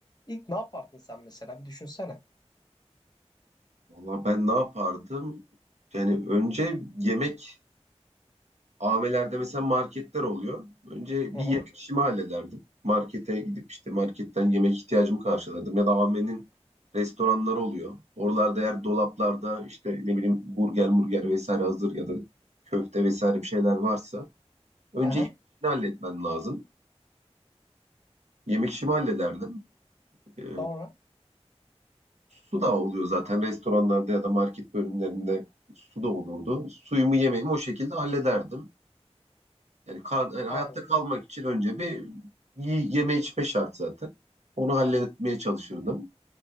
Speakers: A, on the left (about 35°); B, on the right (about 80°).
A: İlk ne yapardın sen mesela bir düşünsene.
B: Valla ben ne yapardım? Yani önce yemek AVM'lerde mesela marketler oluyor. Önce
A: Hı
B: bir
A: hı.
B: yemek işimi hallederdim. Markete gidip işte marketten yemek ihtiyacımı karşılardım. Ya da AVM'nin restoranları oluyor. Oralarda eğer dolaplarda işte ne bileyim burger murger vesaire hazır ya da köfte vesaire bir şeyler varsa önce
A: Hı hı.
B: yemek işini halletmen lazım. Yemek işimi hallederdim. Ee,
A: Sonra
B: su da oluyor zaten restoranlarda ya da market bölümlerinde su da olurdu. Suyumu yemeğimi o şekilde hallederdim. Yani, kal- yani hayatta
A: abi.
B: kalmak için önce bir y- yeme içme şart zaten. Onu halletmeye çalışırdım.